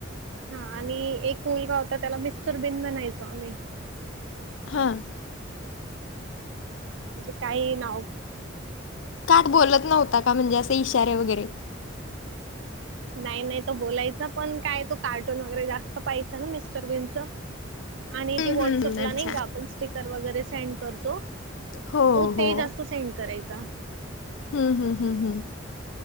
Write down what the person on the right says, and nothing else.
हा आणि एक मुलगा होता त्याला मिस्टर बिन बनायचो आम्ही.
हा म्हणजे काही नाव.
नाही नाही तो बोलायच पण काय तो कार्टून वगैरे जास्त पाहायचं ना मिस्टर बिनच. आणि
ती व्हॉट्सअपला
नाही का आपण स्टिकर वगैरे सेंड करतो.
तो
ते जास्त सेंड करायचा